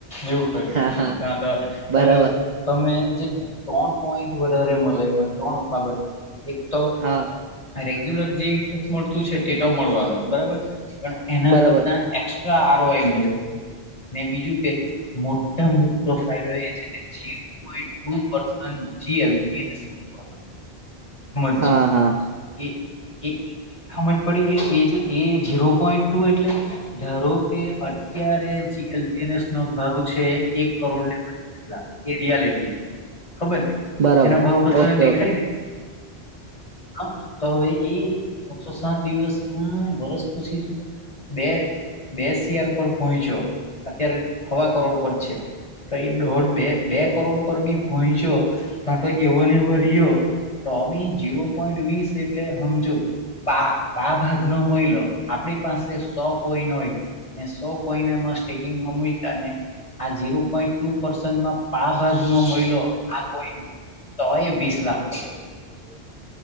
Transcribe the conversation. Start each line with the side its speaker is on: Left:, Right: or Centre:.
Left: એવું કર્યું,
Right: હા હા
Left: ત્યાં તો
Right: બરાબર
Left: હવે તમે જે ત્રણ પોઈન્ટ વધારે મલે એમાં ત્રણ બાબત એક તો
Right: હા
Left: રેગ ગ્યુલર જે ઇન્ટરેસ્ટ મળતું છે તે તો મળવાનું જ બરાબર. પણ એના
Right: બરાબર
Left: કરતાં એક્સ્ટ્રા આરો આઈ મલે. ને બીજું કે મોટામાં મોટો ફાયદો એ છે કે જે લોકોએ ટુ પર્સન જીએલ જીએનેસ મૂકવાના
Right: હા હા
Left: <inaudible> એ એ હમજ પડી ગઈ એ જે એ ઝીરો પોઈન્ટ ટુ એટલે ધારો કે અત્યારે જીએલ ટી નેસનો ભાવ છે એક કરોડ ને <inaudible> એટલા એ રિયાલિટી ખબર ને
Right: બરાબર
Left: એનો ભાવ તો તને
Right: ઓકે
Left: દેખાયને?
Right: ઓકે
Left: હા તો હવે એ એકસો સાઠ દિવસમાં વરસ પછી જો બે બે સીઆર પર પહોંચ્યો, અત્યારે હવા કરોડ ઉપર છે. તો ઈ દોઢ બે બે કરોડ પર બી પોયચો તા તો એવો ને એવો રિયો તોબી જીરો પોઈન્ટ વીસ એટલે હમજો પા પા ભાાગ નો મળિલો આપણી પાસે સો કોઈન હોય સો કોઈને અ સ્ટર્લિંગ માં મુંઈકા અને આ જે ઉપડે ટુ પરશન માં પા ભાગ નો મહિલો આ કોઈ તોય વીસ લાખ રૂપિયા
Right: હમ